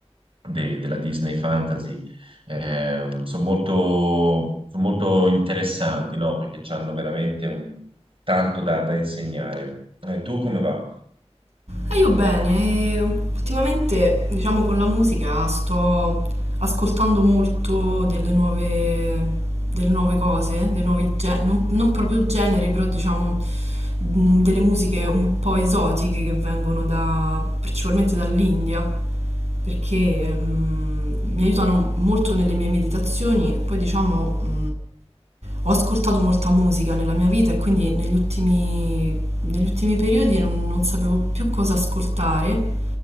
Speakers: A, on the right; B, on the right.
A: de- della Disney Fantasy eh, sono molto, son molto interessanti, no? Perché hanno veramente un- tanto da, da insegnare. Eh, tu come va?
B: Ah, io bene, e ultimamente, diciamo, con la musica sto ascoltando molto delle nuove, delle nuove cose, dei nuovi generi, non, non proprio generi, però diciamo mh, delle musiche un po' esotiche che vengono da, principalmente dall'India. perché mh, mi aiutano molto nelle mie meditazioni e poi diciamo mh, ho ascoltato molta musica nella mia vita e quindi negli ultimi, negli ultimi periodi non, non sapevo più cosa ascoltare